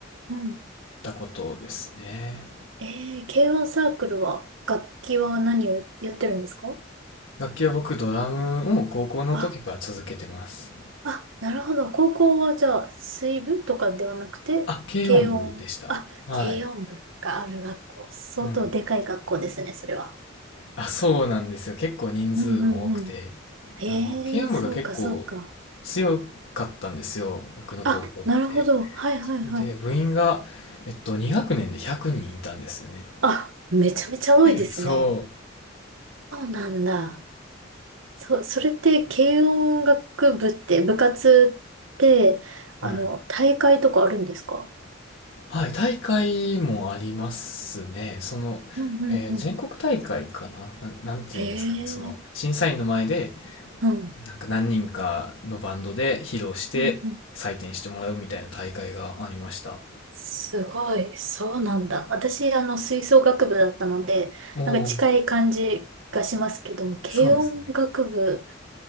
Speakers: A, on the right; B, on the left.
A: うん。
B: たことですね。
A: えー、軽音サークルは、楽器は何をやってるんですか
B: 楽器は僕、ドラムを高校の時から続けてます。
A: ああ、なるほど。高校はじゃあ、水部とかではなくて、
B: あ、軽音部でした。
A: 軽音。あ、
B: はい。
A: 軽音部がある学校。相当でかい学校ですね、
B: はい。
A: それは。
B: あ、そうなんですよ。結構人数も多くて。
A: うんうんうん。ええ、
B: あの、慶応部が結構
A: そうかそうか。
B: 強かったんですよ。僕の高校って。
A: あ、なるほど。はいはいはい。
B: それで、部員が、えっと、2学年で100人いたんですよね。
A: あ、めちゃめちゃ多いですね。
B: そ
A: そうなんだ。そ、それって、軽音楽部って、部活って、あの、
B: う。はい。
A: 大会とかあるんですか
B: はい、大会もありますね。その、
A: うんうんうん。
B: えー全国大会かな、なん、なんていうんですかね。
A: へえ、
B: その、審査員の前で、
A: うん。
B: なんか何人かのバンドで披露して採点してもらうみたいな大会がありました。
A: うんうんすごい。そうなんだ。私、あの、吹奏楽部だったので、
B: おお、
A: なんか近い感じがしますけど、も軽音楽部、
B: そうですね。